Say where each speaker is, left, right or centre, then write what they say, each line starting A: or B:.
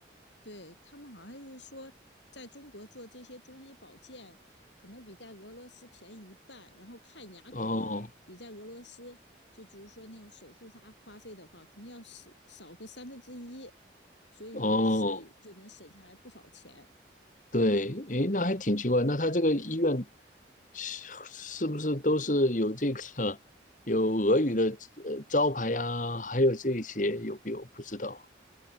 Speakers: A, on the left; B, on the left.
A: 对，他们好像是说，在中国做这些中医保健，可能比在俄罗斯便宜一半，然后看牙可能比在俄罗斯，
B: 哦
A: 就比如说那种手术花花费的话，肯定要少少个三分之一，所以一次就能省下来不少钱。
B: 哦，对，诶，那还挺奇怪。那他这个医院是是不是都是有这个有俄语的呃招牌呀？还有这些有没有？不知道，